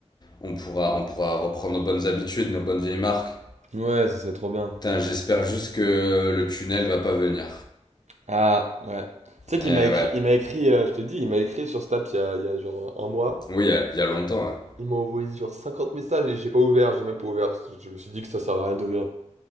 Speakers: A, on the left; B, on the right.
A: on pourra, on pourra reprendre nos bonnes habitudes, nos bonnes vieilles marques.
B: Ouais, ça serait trop bien.
A: Putain, j'espère juste que le tunnel va pas venir.
B: Ah, ouais. Tu sais qu'il
A: Eh
B: m'a écrit,
A: ouais.
B: il m'a écrit, euh, je te dis, il m'a écrit sur Snap il y a, il y a genre un mois.
A: Oui, il y a- il y a longtemps, hein.
B: Il m'a envoyé genre 50 messages et j'ai pas ouvert, j'ai même pas ouvert parce que je me suis dit que ça servait à rien d'ouvrir.